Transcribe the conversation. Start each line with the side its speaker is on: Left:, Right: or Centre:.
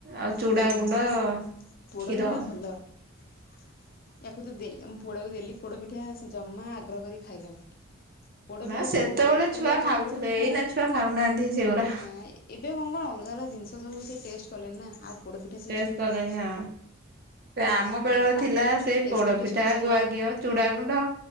Right: ଆଉ ଚୁଡ଼ାଗୁଣ୍ଡ
Left: ଉଁ
Right: କ୍ଷୀର।
Left: ପୋଡ଼ପିଠାଟା ଭଲ ୟାକୁ ତ ଦେଲି ମୋ ପୁଅଟକୁ ଦେଲି ପୋଡ ପିଠା ସେ ଜମା ଆଗ୍ରହ କରି ଖାଇଲାନି। ପୋଡ
Right: ନା
Left: ପିଠା
Right: ସେତେବେଳେ
Left: ଜମା ଯେତେବେଳେ
Right: ଛୁଆ
Left: ଦବୁ
Right: ଖାଉଥିଲେ
Left: ପୋଡପିଠା
Right: ଏଇନା ଛୁଆ ଖାଉନାହାନ୍ତି ସେଗୁରା
Left: ନା ଏବେ କଣ କଣ ଅଲଗା ଅଲଗା ଜିନିଷ ସବୁ ସେ ଟେଷ୍ଟ କଲେଣି ନା ଆଉ ପୋଡପିଠା ସେ
Right: ଟେସ୍ଟ
Left: ଛୁଇଁବେ
Right: କଲେଣି
Left: ନା।
Right: ହଁ। ସେ ଆମ ବେଳରେ
Left: ତାଙ୍କ ପାଟିକୁ
Right: ଥିଲା
Left: ଟିକେ
Right: ସେଇ
Left: ଟେଷ୍ଟି
Right: ପୋଡପିଠା
Left: ଟେଷ୍ଟି ଖାଇବା
Right: ଗୁଆ ଘିଅ ଚୁଡ଼ାଗୁଣ୍ଡ।